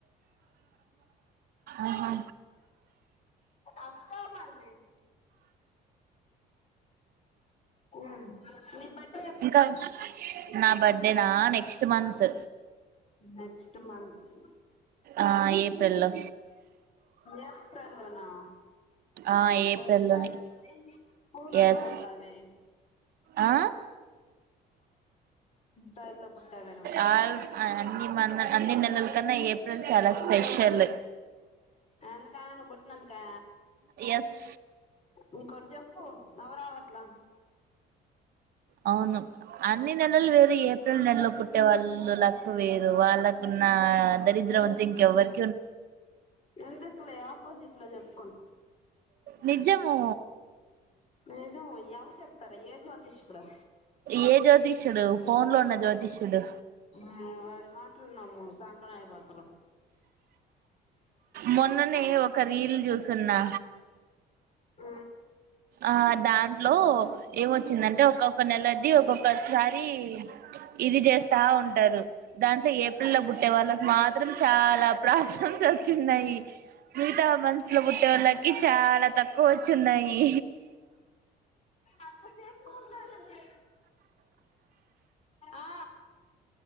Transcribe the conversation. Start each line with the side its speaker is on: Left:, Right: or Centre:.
Right: ఆహా
Left: అక్టోబర్ మే మ్ నీబట్
Right: ఇంకా నా బర్డేనా నెక్స్ట్ మంత్
Left: నెక్స్ట్ మంత్
Right: ఆ ఏప్రిల్ లో
Left: ఏప్రిల్ లోనా
Right: ఆ ఏప్రిల్లోనే
Left: ఓ షట్ ఫూల్ అయిపోతాది
Right: ఎస్ ఆ
Left: టైమ్ లో పుట్టావే నువ్వు
Right: ఆ అన్నీ మన అన్నీ నెలల్ కన్నా ఏప్రిల్ చాలా స్పెషల్
Left: ఎందుకా నువ్వు బుట్టినందుకా
Right: ఎస్
Left: నికోటి జప్పు నవ్వ్ రావట్లా
Right: అవును అన్ని నెల్ లాల్ వేరు ఏప్రిల్ నెలలో పుట్టే వాళ్ళు లక్కు వేరు వాళ్ళకున్న దరిద్రం అంత ఇంకెవర్
Left: ఎందుకులే ఆపోజిట్ లో చెప్పుకుం
Right: నిజము
Left: నిజము ఎవరు చెప్పరా ఏ జ్యోతిష్ కూడు
Right: ఏ జ్యోతిష్యుడు ఫోన్ లో ఉన్న జ్యోతిష్యుడు
Left: మ్ వాడి మాటలు నమ్ము సంకనాకి పొతర్రు
Right: మొన్ననే ఒక రీల్ చూసున్నా
Left: ఆ
Right: ఆ దాంట్లో ఏమొచ్చిందంటే ఒక్కొక్క నెలది ఒక్కొక్కసారి ఇది చేస్తా ఉంటారు దాంట్లో ఏప్రిల్ లో పుట్టే వాళ్ళకు మాత్రం చాలా ప్రాబ్లమ్స్ వచ్చి ఉన్నాయి మిగతా మంత్స్లో పుట్టే వాళ్ళకి చాలా తక్కువ వచ్చున్నాయి
Left: అంత సేపు మాట్లా ఆ